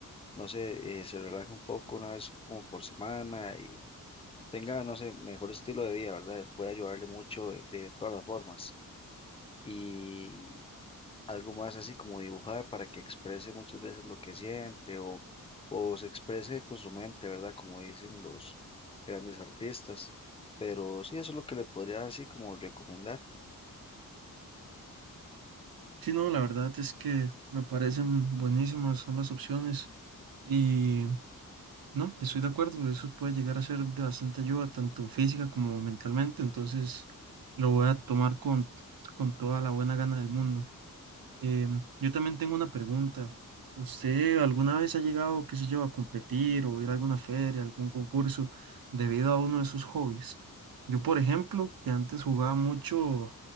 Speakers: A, on the left; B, on the right.
A: no sé, eh, se relaje un poco una vez como por semana y tenga, no sé, mejor estilo de vida, ¿verdad? Puede ayudarle mucho de, de todas las formas. Y algo más así como dibujar para que exprese muchas veces lo que siente o, o se exprese con su mente, ¿verdad? Como dicen los grandes artistas. Pero sí, eso es lo que le podría así como recomendar.
B: Sí, no, la verdad es que me parecen buenísimas ambas opciones. y No, estoy de acuerdo, eso puede llegar a ser de bastante ayuda, tanto física como mentalmente, entonces lo voy a tomar con, con toda la buena gana del mundo. Em, yo también tengo una pregunta. ¿Usted alguna vez ha llegado, qué sé yo, a competir o ir a alguna feria, algún concurso debido a uno de sus hobbies? Yo, por ejemplo, que antes jugaba mucho